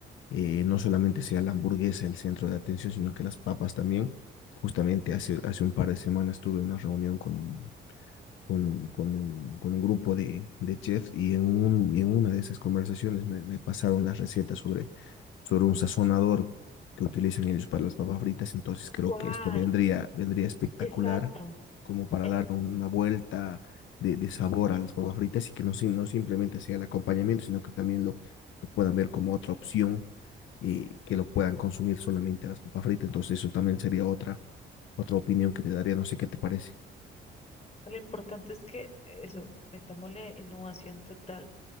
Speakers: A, on the left; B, on the left.
A: eh, no solamente sea la hamburguesa el centro de atención, sino que las papas también. Justamente hace, hace un par de semanas tuve una reunión con un, con, con un, con un grupo de, de chefs y en, un- y en una de esas conversaciones me, me pasaron las recetas sobre sobre un sazonador que utilizan ellos para las papas fritas, entonces creo
B: ¿Cuál?
A: que esto vendría, vendría espectacular
B: Exacto.
A: como para
B: El,
A: dar una vuelta de, de sabor a las papas fritas y que no, si- no simplemente sea el acompañamiento, sino que también lo que puedan ver como otra opción y que lo puedan consumir solamente a las papas fritas, entonces eso también sería otra, otra opinión que te daría, no sé qué te parece.
B: lo importante es que eso, metámosle innovación total